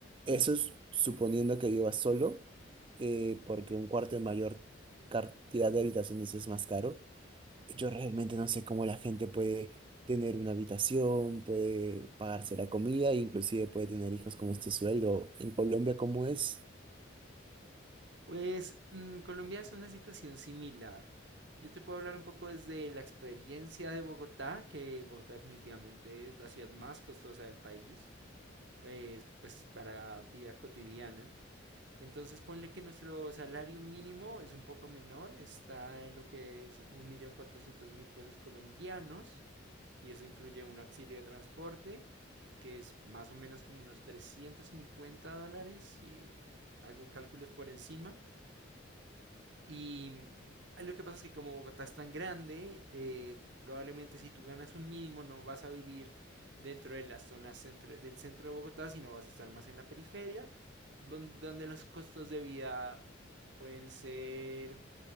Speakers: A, on the right (about 25°); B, on the right (about 65°).
A: eso es suponiendo que vivas solo, eh, porque un cuarto de mayor cantidad de habitaciones es más caro. Yo realmente no sé cómo la gente puede tener una habitación, puede pagarse la comida, e inclusive puede tener hijos con este sueldo. En Colombia, ¿cómo es?
B: Pues mm, Colombia es una situación similar. Yo te puedo hablar un poco desde la experiencia de Bogotá, que Bogotá definitivamente es la ciudad más costosa del país, pues, pues para vida cotidiana. Entonces ponle que nuestro salario mínimo es un poco menor, está en lo que es 1.400.000 pesos colombianos, y eso incluye un auxilio de transporte que es más o menos como unos 350 dólares, si hago cálculos por encima. Y mm, lo que pasa es que como Bogotá es tan grande, eh, probablemente si tú ganas un mínimo no vas a vivir dentro de las zonas centro- del centro de Bogotá, sino vas a estar más en la periferia, don- donde los costos de vida pueden ser